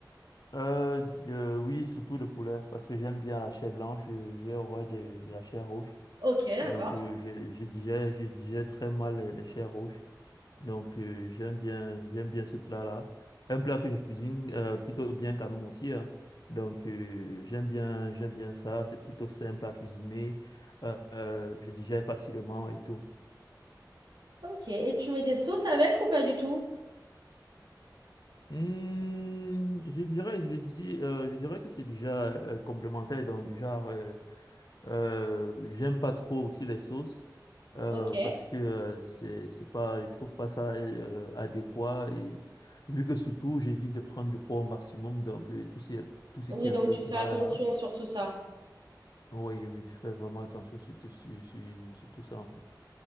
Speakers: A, on the left; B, on the right.
A: euh, de- oui surtout le poulet parce que j'aime bien la chair blanche euh, j'ai horreur de, de la chair rouge
B: Ok, d'accord.
A: donc euh, je je digère je digère très mal les, les chairs rouges donc euh, j'aime bien j'aime bien ce plat-là un plat que je cuisine euh, plutôt bien quand même aussi hein. donc euh, j'aime bien j'aime bien ça c'est plutôt simple à cuisiner euh, euh, je digère facilement et tout
B: Ok, et tu mets des sauces avec ou pas du tout?
A: Hmm, je dirais, je dis, euh, je dirais que c'est déjà euh, complémentaire dans du genre. euh, euh, j'aime pas trop aussi les sauces euh,
B: Ok.
A: parce que euh, c'est, c'est pas, je trouve pas ça euh, adéquat et vu que surtout j'évite de prendre du poids au maximum donc euh, tout ce, tout ce
B: Oui,
A: qui est
B: donc
A: un peu
B: tu
A: gras
B: fais attention
A: là,
B: sur tout ça.
A: oui, je fais vraiment attention sur, sur, sur sur tout ça en fait.